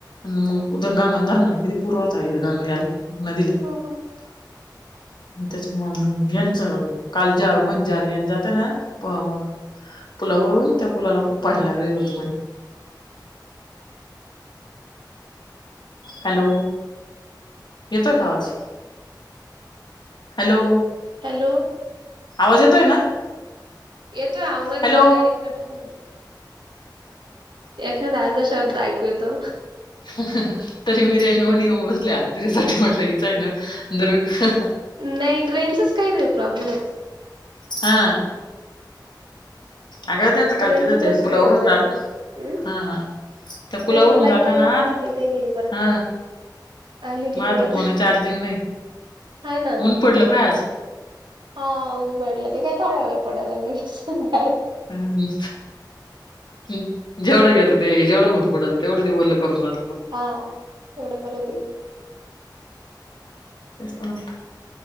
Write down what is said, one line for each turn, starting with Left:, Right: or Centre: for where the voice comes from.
Left: मग उ गांगा धरणार किधी पुूरवात आहे गंगा याला नदीला
Right: ह
Left: <unintelligible> त्याचामुळ यांचं काल जे मज्जा आली न जाते ना, <unintelligible> पुलावरून त्या पुलाला खूप पाणी लागलेलं होतं म्हणे. हॅलो!.. येतोय का आवाज हॅलो!
Right: हॅलो!
Left: आवाज येतोय ना?
Right: येतोय आ.. ओ.. मधी-
Left: हॅलो
Right: मधी डायरेक्ट कटवून जातोय. एखादा अर्धा शब्द ऐकू येतो.
Left: ह्... तरी मी रेंजमध्ये येऊन बसले आत तुझ्यासाठी म्हटलं इथं आहे ना दुरुन ह्..
Right: नाही रेजच काही नाही प्रॉब्लेम आहे.
Left: हा.. आलं होतं ना काल
Right: रेंजच
Left: तिथं ते
Right: अशी
Left: पुलावरून
Right: येती जाती
Left: आत
Right: हम्
Left: हा.. हा.. त्या पुलावरून
Right: त्याच्यात लाईट
Left: जाता
Right: आहे
Left: ना..
Right: नाही लाईट आहे गेली परत
Left: हा..
Right: आली ती
Left: माया
Right: कुठं
Left: तर फोन चार्जिंग नई,
Right: हा ना
Left: ऊन पडलं पाह आज
Right: हा.. उन पडलंय, ते काय थोडा वेळ पडाय लागलय ह्..
Left: ह्म्म्म.. ह्.. जेवढं येतं ते जेवढं ऊन पडेल तेवढं ते ओल करून जात
Right: हा.. तेवढं परत येईल.
Left: ते तर म्हटलं.